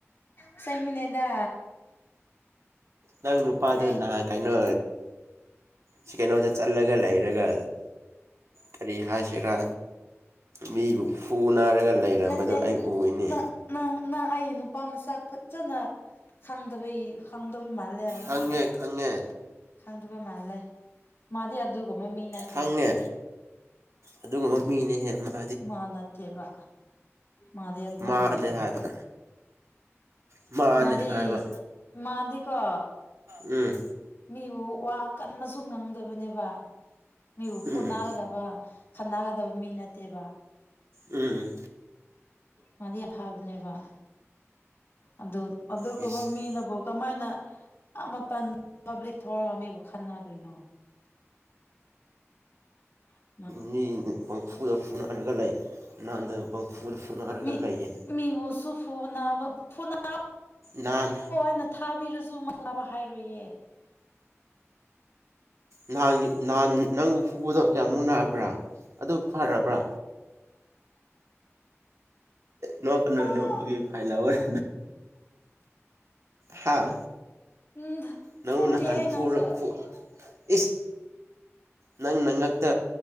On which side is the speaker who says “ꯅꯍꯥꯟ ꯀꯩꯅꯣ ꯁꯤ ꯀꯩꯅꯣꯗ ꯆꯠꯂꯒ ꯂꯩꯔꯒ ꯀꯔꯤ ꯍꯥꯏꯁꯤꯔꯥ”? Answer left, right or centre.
Right